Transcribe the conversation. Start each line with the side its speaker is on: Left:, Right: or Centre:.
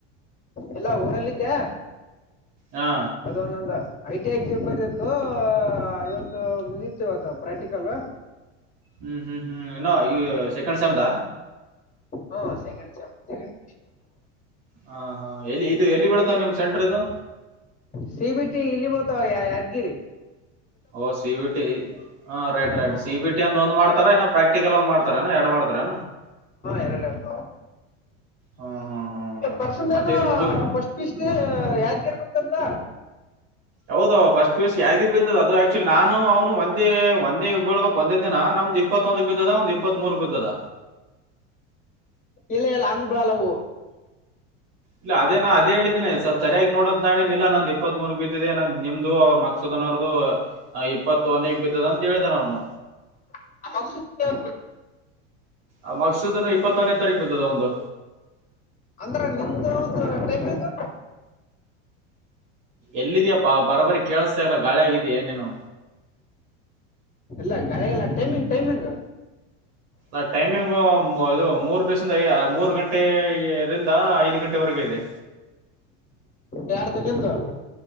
Left: ಇಲ್ಲಾ ಊರಲ್ಲಿದ್ದೆ.
Right: ಹಾ
Left: ಅದು ಒಂದೊಂದು ಐ ಟಿ ಎಕ್ಸಾಮ್ ಬರ ಇತ್ತು ಇವತ್ತು ಮುಗಿತಿವತ್ತು ಪ್ರಾಕ್ಟಿಕಲ್.
Right: ಹ್ಮ್ ಹ್ಮ್ ಹ್ಮ್ ನ್ನೋ ಈ ಸೆಕೆಂಡ್ ಸೆಮ್ಡ್
Left: ಹಾ ಸೆಕಂಡ ಸೇಮ್ ಸೆಕೆಂಡ್.
Right: ಹಾ ಹಾ ಎಲ್ಲಿ ಇದು ಎಲ್ಲಿ ಬೀಳ್ತಾವ ನಿಮ್ ಸೆಂಟರ್ ಇದು
Left: ಸಿ ಬಿ ಟಿ ಇಲ್ಲಿ ಬಳ್ತಾವ ಯಾದ್ಗಿರಿ.
Right: ಓ ಸಿವಿ ಟಿ. ಹಾ ರೈಟ್ ರೈಟ್
Left: ಹ್ಮ್
Right: ಸಿ ಬಿ ಟ ಅಂತ ಒಂದು ಮಾಡ್ತಾರ ಇನೋ ಪ್ರಾಕ್ಟಿಕಲ್ ಒಂದ ಮಾಡ್ತಾರೆ ಏನು ಎರಡ್ ಮಾಡತಾರೆ.
Left: ಎರಡು ಬ್ರೋ.
Right: ಹಾ ಹಾ ಹಾ.
Left: ಪರ್ಸನ್
Right: ಮತ್ತೆ
Left: ಏನೋ
Right: ಇದು ಮುಗಿದ
Left: first P U C Yadgir ಗೊತ್ತಂತ.
Right: ಹೌದ ಫಸ್ಟ್ ಪಿ ಯೂ ಸಿ ಯಾರಿಗಿಗೆ ಬಿದ್ದದ ಅದು ಆಕ್ಚುಲ್ ನಾನು ಅವನು ಒಂದೇ ಒಂದೇ ಬೀಳ್ಬಬೇಕಕ್ ಒಂದೇ ದಿನ ನಮ್ದ ಇಪ್ಪತ್ತೊಂದಕ್ ಬಿದ್ದದ ಒಂದ್ ಇಪ್ಪತ್ ಮೂರ್ಕ್ ಬಿದ್ದದ.
Left: ಇಲ್ಲ ಇಲ್ಲ ಹಂಗ್ ಬಿಡಲ್ಲೂ ಅವು.
Right: ಇಲ್ಲ ಅದೇ ನಾ ಅದೇ ಹೇಳಿದೇನೆ ಸುಲ್ಪ ಸರಿಯಾಗಿ ನೋಡೋಂತ ನ ಹೇಳಿ ಇಲ್ಲ ನಂದು ಇಪ್ಪತ್ ಮೂರ್ ಬಿದ್ದಿದೆ ನನ್ ನಿಮ್ದು ಅವ್ರ ಮಕ್. ಸುಧನ್ ಅವರ್ದ ಇಪ್ಪತ್ತು ಒನ ಬಿದ್ದದ ಅಂತ ಹೇಳ್ದಾನ ಅವನು.
Left: ಔಷಧ.
Right: ಆ ಮಕ್ಸೂದನು ಇಪ್ಪತ್ತೊನೇ ತಾರೀಕು ಬತದ ಒಂದು.
Left: ಅಂದ್ರ ನಿಮ್ದ ಒಂದು ಟೈಮಿಂಗ್.
Right: ಎಲ್ಲಿದ್ಯಾಪ್ಪಾ ಬರಬರಿ ಕೇಳಿಸ್ತಾ ಇಲ್ಲ ಗಾಳಿ ಆಗಿದೆಯ ಏನೇನು.
Left: ಇಲ್ಲ ಗಳ ಎಲ್ಲ ಟೈಮಿಂಗ್ ಟೈಮಿಂಗ್.
Right: ಅ ಟೈಮಿಂಗ್ ಇದು. ಮೂರ್ ದಿವಸದ ಮೂರು ಗಂಟೆರಿಂದ ಐದು ಗಂಟೆವರೆಗೆ ಇದೆ.
Left: ಯಾರದು ನಿಂದು.